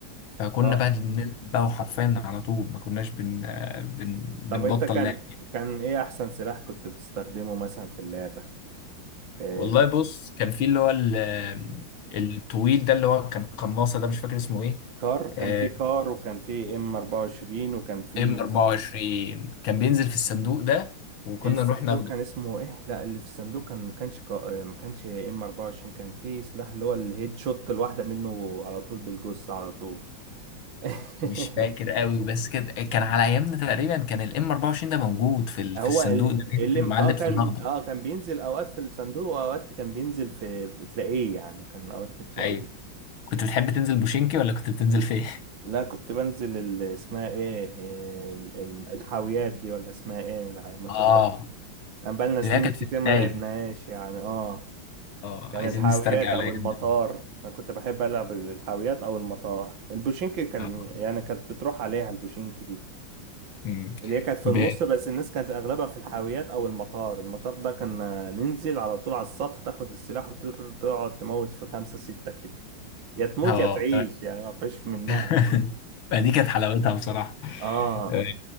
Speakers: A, on the left; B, on the right.
A: فكنا
B: اه
A: بقى بنلعب بقى وحرفيا على طول ما كناش بن... بن... بنبطل
B: طب انت كان
A: لعب
B: كان ايه احسن سلاح كنت بتستخدمه مثلا في اللعبة في
A: والله
B: في PUBG
A: بص كان في اللي هو ال... الطويل ده اللي هو كان قناصه ده مش فاكر اسمه ايه
B: كار كان
A: آه،
B: في كار وكان في ام 24 وكان في
A: ام 24 كان بينزل في الصندوق ده وكنا
B: الصندوق
A: نروح ناخده
B: كان اسمه ايه لا اللي في الصندوق كان ما كانش كا... ما كانش ام 24 كان في سلاح اللي هو الهيد شوت الواحده منه على طول بالجثه على طول <laughs>
A: مش فاكر قوي بس كده كان على ايامنا تقريبا كان الام 24 ده موجود في ال...
B: هو
A: في الصندوق
B: ال...
A: ده بينزل
B: اللي
A: ومعاه
B: اه
A: اللبس
B: كان
A: الاخضر
B: اه كان بينزل اوقات في الصندوق واوقات كان بينزل في بتلاقيه يعني كان اوقات بتلاقيه
A: ايوه كنت بتحب تنزل بوشينكي ولا كنت بتنزل فين؟
B: لا كنت بنزل ال... اسمها ايه ال- ال- الحاويات دي ولا اسمها ايه على ما تظبط
A: اه
B: بقالنا سنين
A: ده كانت
B: كتير
A: في البدايه
B: ما لعبناهاش يعني اه
A: اه
B: يعني
A: عايزين
B: الحاويات
A: نسترجع
B: او
A: الايام
B: المطار
A: دي
B: انا كنت بحب العب الحاويات او المطار البوشينك كان
A: اه
B: يعني كانت بتروح عليها البوشينك دي
A: أمم.
B: اللي هي كانت في
A: ب...
B: النص بس الناس كانت اغلبها في الحاويات او المطار المطار ده كان ننزل على طول على السطح تاخد السلاح وتقعد تموت في خمسة ستة كده يا تموت
A: اه
B: يا تعيش يعني ما فيش منها
A: <laughs> فدي كانت حلاوتها بصراحة
B: اه
A: آه،